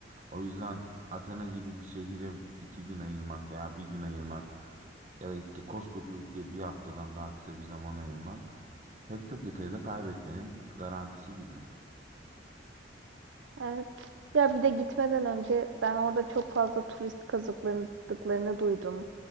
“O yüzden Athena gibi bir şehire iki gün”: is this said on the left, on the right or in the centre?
Right